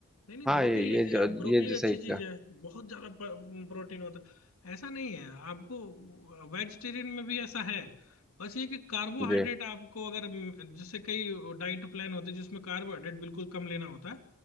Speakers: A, on the left (about 75°); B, in the centre.
A: नहीं नहीं
B: हाँ
A: ब्रोकली
B: ये
A: लीजिए
B: ये जो-
A: आप ब्रोकली
B: ये जो
A: अच्छी
B: सही कहा
A: चीज है बहुत ज्यादा प- प्रोटीन होता है ऐसा नहीं है आपको वेजिटेरियन में भी ऐसा है बस ये कि कार्बोहाइड्रेट
B: जी
A: आपको अगर म, जैसे कई डाइट प्लान होते हैं जिसमें कार्बोहाइड्रेट बिल्कुल कम लेना होता है